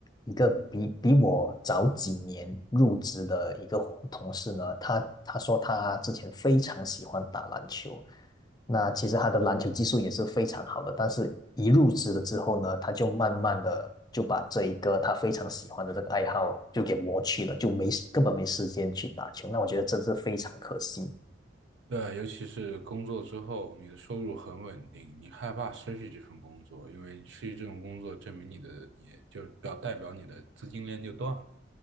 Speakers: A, on the left; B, on the right.
A: 一个比比我早几年入职的一个同事呢，他他说他之前非常喜欢打篮球，那其实他的篮球技术也是非常好的，但是一入职了之后呢，他就慢慢的就把这一个他非常喜欢的这个爱好就给磨去了，就没根本没时间去打球。那我觉得这是非常可惜。
B: 对，尤其是工作之后，你的收入很稳定，你害怕失去这份工作，因为失去这种工作，证明你的你就表代表你的资金链就断了，